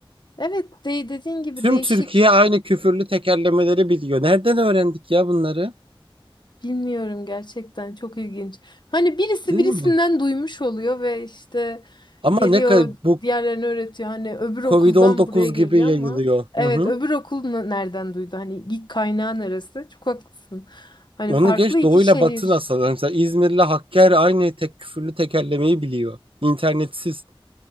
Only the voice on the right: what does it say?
Tüm
Türkiye aynı küfürlü tekerlemeleri biliyor. Nereden öğrendik ya bunları?
Değil
mi?
Ama
ne kadar bu
covid dokuz
gibi yayılıyor.
Hı hı.
Onu
geç
doğuyla
batı nasıl? Mesela İzmir'le Hakkari aynı tek küfürlü tekerlemeyi biliyor. İnternetsiz